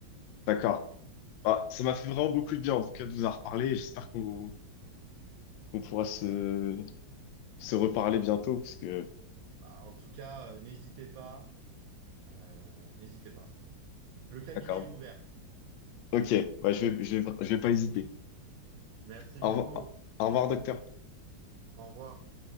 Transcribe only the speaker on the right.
Bah, en tout cas, euh, n'hésitez pas, euh, n'hésitez pas. Le cabinet
est ouvert.
Merci
beaucoup.
Au revoir.